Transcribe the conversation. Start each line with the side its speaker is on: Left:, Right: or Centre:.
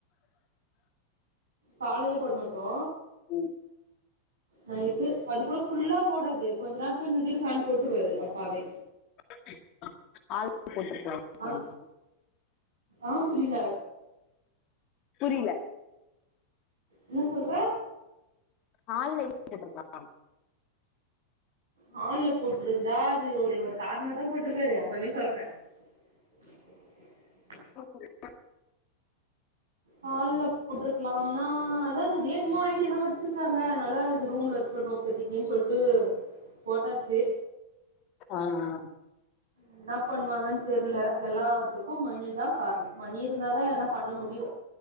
Right: கால்லேல போட மாட்டோ
Left: ம்
Right: நைட்டு அது கூட ஃபுல்லா போடாது கொஞ்சோ நேரத்துல ஃபேன் போட்டுருவாரு அப்பாவே
Left: <inaudible>
Right: ஆ ஆ புரில
Left: புரில
Right: என்ன சொல்ற
Left: <inaudible>
Right: ஹால்ல போட்ருந்தா அது ஒரு ஒரு காரணமாதா போட்ருக்காரு அப்றமே சொல்ற <inaudible>
Left: <inaudible>
Right: ஹால்ல போட்டுருக்கலாம்னா அதா நெறைய என்மோ ஐடியாலா வெச்சிருக்காங்க அதனால அது ரூம்லருக் <unintelligible> இப்பத்திக்கு அப்டினு சொல்ட்டு போட்டாச்சு
Left: ஆ ஆ
Right: என்னா பண்ணுவாங்கன்னு தெர்ல எல்லாத்துக்கு மணிதா கார்ணோ மணி இருந்தாதா எதுனா பண்ண முடியு